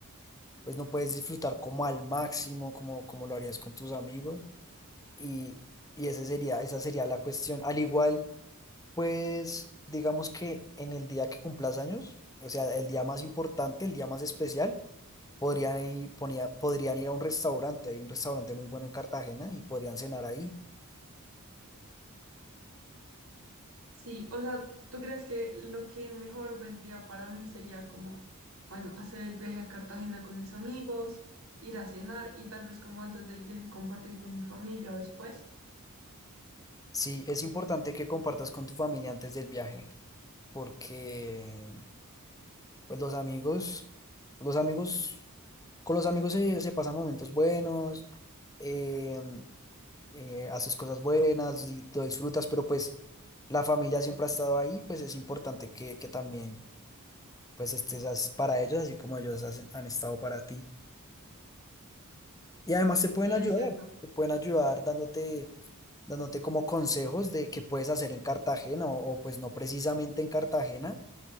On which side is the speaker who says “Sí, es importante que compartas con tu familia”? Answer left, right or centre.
Left